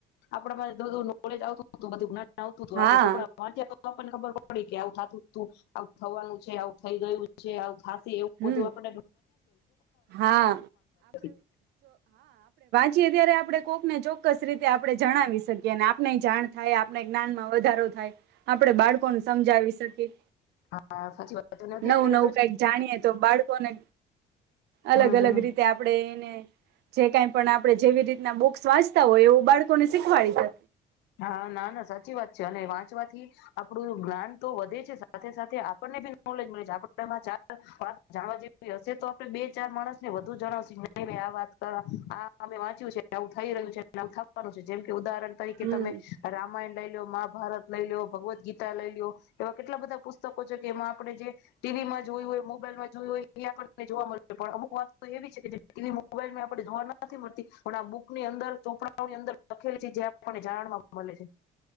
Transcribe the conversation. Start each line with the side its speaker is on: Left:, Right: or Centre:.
Left: આપ બધું નોલેજ આવતું હત બધું. આવતું હતું
Right: હા
Left: આપે ચોપરા વા તો પણ ખબર. પડી કે આવું થતું. થવાનું છે આવું થઈ ગયું છે આવું થશે એવું બધું
Right: હમ હા
Left: <unintelligible>
Right: જયારે વાંચીયે ત્યારે આપણે કોકને ચોક્કસ રીતે આપણે જણાવી શકીએ અને આપણે જાણ થાય આપણે જ્ઞાનમાં વધારો થાય. આપડે બાળકોને સમજાવી શકીએ
Left: હા સાચી વાત છે અને અત્યારે
Right: નવું નવું
Left: તો
Right: કઈક જાણીએ. તો બાળકોને અલગ
Left: હમ હમ
Right: અલગ રીતે આપણેે જે કઈ પણ આપડણે જેવી રીતના બુક્સ વાંચતા હોય એવું બાળકોને શીખવાડી જ.
Left: હા ના ના સાચી વાત છે અને વાંચ વાથી આપણું જ્ઞાન તો વધે છે સાથે સાથે આપણને બી નોલેજ મળે છે આપ ચ વાત જાણવા જેવી હશે તો આપણે બે ચાર માણસ ને વધુ જણાવશ આ વાત આમે વાંચ્યું છે આવું થઈ રહ્યું છે થવાનું છે જેમ કે ઉદાહરણ કે
Right: હમ
Left: તમે રામાયણ લઈ લો મહાભારત લઈ લો, ભગવદ્ ગીતા લઈ લો્યો એવા કેટલા બધા પુસ્તકો છે કે એમાં આપણે જે ટીવીમાં જોયું હોય મોબાઈલમાં જોયું હોય ત્યાં પણ તને જોવા મળે. પણ અમુક વા તો એવી છે કે જે ટી વી, મોબાઈલ <unintelligible> પડી જોવા નથી મળતી, પણ આ બુકની અંદર ચોપડાઓની અંદર લખેલી છે, જે આપ લોકોને જાણમાં <unintelligible> મલે છે.